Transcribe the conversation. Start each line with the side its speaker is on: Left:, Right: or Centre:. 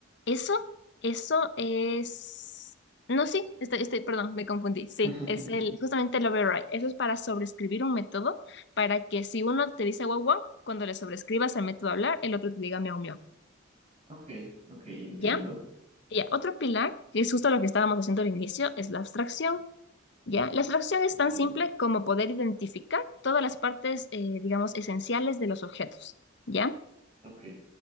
Left: eso, eso es... No, sí, estoy, estoy, perdón, me confundí. Sí,
Right: <laughs>
Left: es el, justamente el override. Eso es para sobreescribir un método para que si uno te dice guau guau, cuando le sobreescribas al método hablar, el otro te diga miau miau.
Right: Ok, ok, entiendo.
Left: ¿Ya? Ya, otro pilar, que es justo lo que estábamos haciendo al inicio, es la abstracción. ¿Ya? La abstracción es tan
Right: Ya.
Left: simple como poder identificar todas las partes, eh, digamos, esenciales de los objetos. ¿Ya?
Right: Ok,